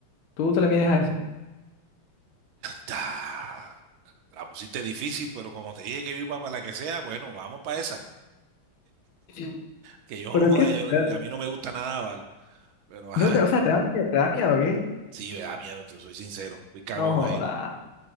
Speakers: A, on the left (about 75°); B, on the right (about 75°).
A: ¿Tú te le mides a eso?
B: Ta, La pusiste difícil, pero como te dije que viva para la que sea, bueno, vamos para esa.
A: Sí.
B: Que yo
A: ¿Pero
B: no joda,
A: qué? te-
B: yo,
A: te-
B: a mí no me gusta nada, ¿vale? Pero ajá,
A: No te, o sea, te da miedo, te da miedo, o ¿qué?
B: sí, me da miedo, te soy sincero. Fui cagón
A: No joda.
B: ahí.